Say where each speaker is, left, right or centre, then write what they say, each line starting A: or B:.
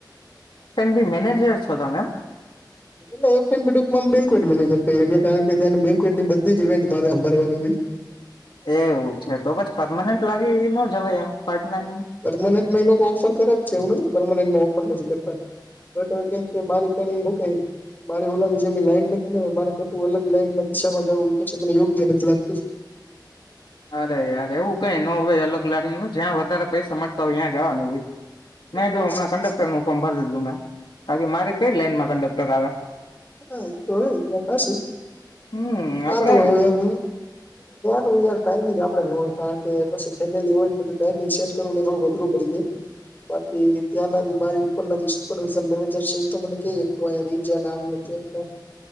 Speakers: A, on the left; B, on the left.
A: બી મેનેજર છો તમેમ
B: મેર ક કારણ કે ત બેવેટની બધી જ ઇવેન્ટ મારે ની હો
A: એવું છે તો પછી પરમાનન્ટ લાગી ન જવાય એમ પાર્ટ ટાઈમ
B: પર્માનન્ટ લોકો ઓફર કરે જ છે એવું નથી પરમાનન્ટર નથીતા કેમ કે મારી પણ હું ક મારી ઓલાની જેમી લાઈન નથી ને મારે ખટું અલગ લાઈનમાં દિશામાં જું એ પછ મને યોગ્ય નથી લાગતું
A: <inaudible> અરે યાર એવું કઈ ન હોવે અલગ લગન ન જ્યાં વધારે પૈસા મળતા હોય ત્યાં જવાનું હોય મેં
B: એટલે
A: જો
B: પછી
A: હમણાં કંડક્ટર નું ફોર્મ ભરી દીધું મેં બાકી મારી કઈ લાઈનમાં કંડક્ટર આવે
B: હા એ તો હ થ હશે
A: હમ
B: હા
A: આપડે
B: તો એમ નું યાર ટાઈમિંગ આપડે ન કારણ કે પછી ફેમિલી હોય ને બધું ટાઈમિંગ સેટ કરવું ન થોડું વઘરું પડી જાય બાકી ત્યાંના જે મારી ઉપરના જે સુપરવિઝન મેનેજર છે એ તો મને કઈ શત અયા રહી જાય નામ નથી નહીં